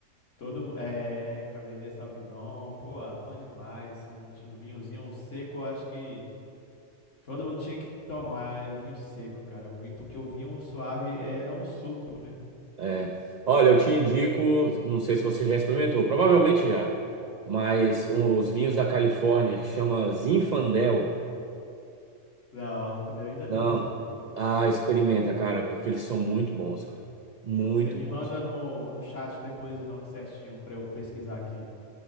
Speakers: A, on the left; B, on the right.
A: todo, mu- é, Cabernet Sauvignon, pô, ah, bom demais. Um, ti- um vinhozinho seco, eu acho que todo mundo tinha que tomar é, vinho seco, cara. O vinho, porque o vinho suave é, é um suco, né?
B: É. Olha, eu te indico, não sei se você já experimentou, provavelmente já, mas os vinhos da Califórnia, que chama Zinfandel,
A: Não, no meu ainda
B: não.
A: não, esses aí.
B: Ah, experimenta, cara, porque eles são muito bons, cara. Muito
A: Você me
B: bons.
A: manda no, no chat depois o nome certinho pra eu pesquisar aqui.